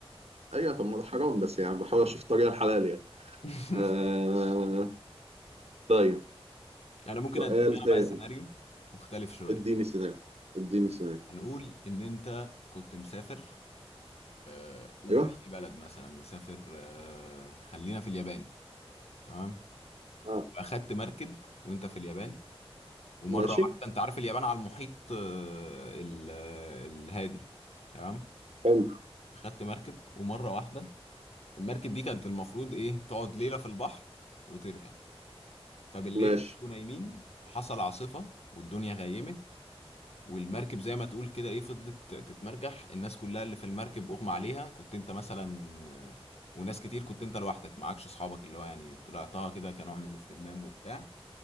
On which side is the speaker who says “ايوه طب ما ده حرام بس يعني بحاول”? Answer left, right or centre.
Right